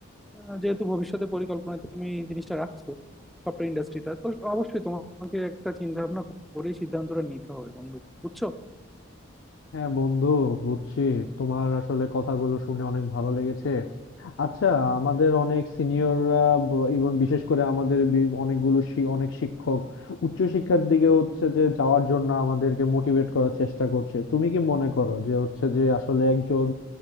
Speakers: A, in the centre; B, on the left.
A: আহ, যেহেতু ভবিষ্যতে পরিকল্পনায় তুমি এই জিনিসটা রাখছো সফটওয়্যার ইন্ডাস্ট্রিটা তো অবশ্যই তোমাকে একটা চিন্তা ভাবনা করে সিদ্ধান্তটা নিতে হবে বন্ধু বুঝছো
B: হ্যাঁ বন্ধু বুঝছি তোমার আসলে কথাগুলো শুনে অনেক ভালো লেগেছে আচ্ছা আমাদের অনেক সিনিয়ররা এবং বিশেষ করে আমাদের বি- অনেকগুলো শি- অনেক শিক্ষক উচ্চশিক্ষার দিকে হচ্ছে যে যাওয়ার জন্য আমাদেরকে মোটিভেট করার চেষ্টা করছে তুমি কি মনে করো যে হচ্ছে যে আসলে একজন